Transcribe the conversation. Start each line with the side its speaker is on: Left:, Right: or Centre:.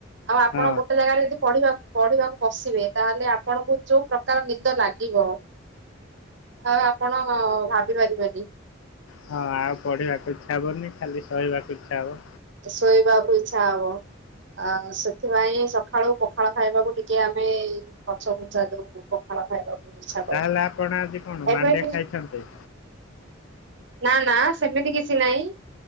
Right: ଆଉ ଆପଣ
Left: ହଁ
Right: ଗୋଟେ ଜାଗାରେ ଯଦି ପଢିବା ପଢିବାକୁ ବସିବେ ତାହେଲେ ଆପଣଙ୍କୁ ଯୋଉ ପ୍ରକାର ନିଦ ଲାଗିବ ଆଉ ଆପଣ ଭାବି ପାରିବେନି।
Left: ହଁ ଆଉ ପଢ଼ିବାକୁ ଇଚ୍ଛା ହେବନି ଖାଲି ଶୋଇବାକୁ ଇଚ୍ଛା ହେବ।
Right: ତ ଶୋଇବାକୁ ଇଚ୍ଛା ହବ। ଆ ସେଥିପାଇଁ ସକାଳୁ ପଖାଳ ଖାଇବାକୁ ଟିକେ ଆମେ ପଛ ଘୁଞ୍ଚା ଦଉ। ପଖାଳ ଖାଇବାକୁ ଇଚ୍ଛା କରୁ।
Left: ତାହେଲେ ଆପଣ ଆଜି କଣ
Right: ଏମିତି
Left: ମାଣ୍ଡିଆ ଖାଇଛନ୍ତି?
Right: ନା ନା ସେମିତି କିଛି ନାହିଁ